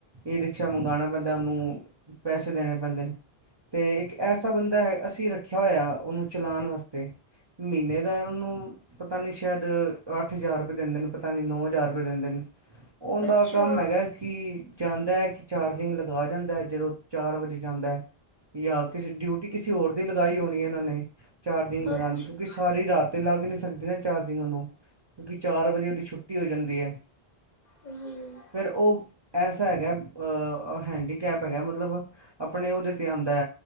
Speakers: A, on the right; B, on the left.
A: ਈ ਰਿਕਸ਼ਾ ਮੰਗਾਣਾ ਪੈਂਦਾ ਉਹਨੂੰ। ਪੈਸੇ ਦੇਣੇ ਪੈਂਦੇ ਨੇ, ਤੇ ਇੱਕ ਐਸਾ ਬੰਦਾ ਐ, ਅਸੀਂ ਰੱਖਿਆ ਹੋਇਆ ਉਹਨੂੰ। ਚਲਾਣ ਵਾਸਤੇ, ਮਹੀਨੇ ਦਾ ਉਹਨੂੰ ਪਤਾ ਨੀ ਸ਼ਾਇਦ ਅੱਠ ਹਜ਼ਾਰ ਰੁਪਏ ਦਿੰਦੇ ਨੇ, ਪਤਾ ਨੀ ਨੌ ਹਜ਼ਾਰ ਰੁਪਏ ਦਿੰਦੇ ਨੇ। ਉਹ
B: ਅੱਛਾ,
A: ਦਾ ਕੰਮ ਹੈਗਾ, ਕਿ ਜਾਂਦਾ ਐ ਕਿ ਚਾਰਜਿੰਗ ਲਗਾ ਜਾਂਦਾ ਐ, ਜਦੋਂ ਚਾਰ ਵਜੇ ਜਾਂਦਾ, ਜਾਂ ਕਿਸੇ ਡਿਊਟੀ ਕਿਸੇ ਹੋਰ ਦੀ ਲਗਾਈ ਹੋਣੀ ਏ ਇਹਨਾਂ ਨੇ। ਚਾਰਜਿੰਗ ਲਗਾਣ
B: ਅੱਛਾ,
A: ਦੀ, ਕਿਉਂਕਿ ਸਾਰੀ ਰਾਤ ਤੇ ਲੱਗ ਨੀ ਸਕਦੀ ਨਾ ਚਾਰਜਿੰਗ ਉਹਨੂੰ। ਕਿਉਂਕਿ ਚਾਰ ਵਜੇ ਉਹਦੀ ਛੁੱਟੀ ਹੋ ਜਾਂਦੀ ਐ।
B: ਹੂੰ-ਹੂੰ।
A: ਫਿਰ ਉਹ ਐਸਾ ਹੈਗਾ, ਅਹ ਹੈਂਡੀਕੈਪ ਹੈਗਾ ਮਤਲਬ। ਆਪਣੇ ਉਹਦੇ ਤੇ ਆਂਦਾ,